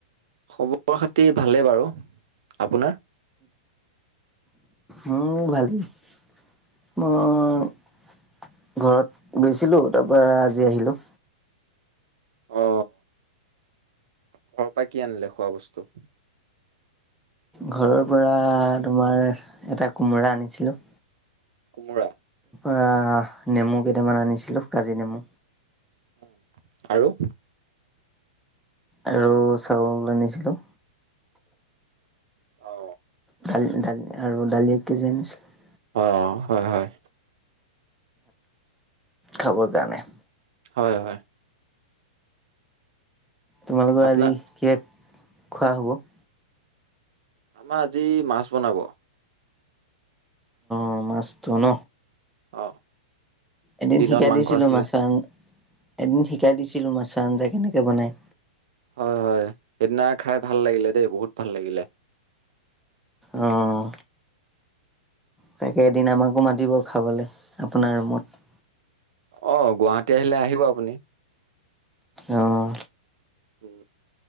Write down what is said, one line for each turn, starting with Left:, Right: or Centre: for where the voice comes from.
Right: খবৰ-খাতি ভালেই বাৰু, আপোনাৰ?
Centre: মোৰো ভালেই। <unintelligible> ঘৰত গৈছিলো তাৰ পৰা আজি আহিলো।
Right: অ ঘৰৰ পৰা কি আনিলে খোৱা বস্তু?
Centre: ঘৰৰ পৰা তোমাৰ এটা কোমোৰা আনিছিলোঁ।
Right: কুমৰা?
Centre: আহ নেমু কেইটামান আনিছিলো কাজি নেমু।
Right: উ আৰু?
Centre: আৰু চাউল আনিছিলো।
Right: অ।
Centre: দালি-দালি আৰু দালি এক কেজি আনিছিলো।
Right: অ হয় হয়।
Centre: খবৰ কাৰণে।
Right: হয় হয়।
Centre: তোমালোকৰ
Right: আপোনাৰ
Centre: আজি কিহে খোৱা হব?
Right: আমাৰ আজি মাছ বনাব।
Centre: অ মাছটো ন।
Right: অ।
Centre: এদিন
Right: দিনত
Centre: শিকাই
Right: মাংস
Centre: দিছিলো
Right: আছিলে
Centre: মাছৰ আঞ্জা এদিন শিকাই দিছিলো মাছৰ আঞ্জা কেনেকে বনায়।
Right: হয় হয় সেইদিনা খাই ভাল লাগিলে দেই, বহুত ভাল লাগিলে।
Centre: অঁ তাকে এদিন আমাকো মাতিব খাবলৈ আপোনাৰ ৰুমত।
Right: অ গুৱাহাটী আহিলে আহিব আপুনি।
Centre: অঁ
Right: উম।